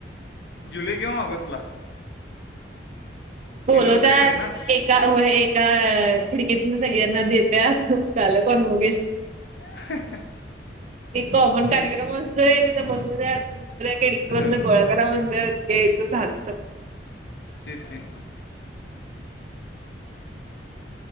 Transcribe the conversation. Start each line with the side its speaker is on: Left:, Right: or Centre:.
Left: जुलै किंवा ऑगस्टला-
Right: बोलवत्यात.
Left: युनिव्हर्सिटीमध्ये ना
Right: एका एका खिडकीतून सगळ्यांना देत- ब झालं कॉनवगेशन.
Left: <inaudible>
Right: एक कॉमन कार्यक्रम
Left: इन-
Right: असतोय. तिथे बसून <unintelligible> खिडकी
Left: हं
Right: मधन गोळा करा म्हणतात. यचं झालं सगळ.
Left: तेच की.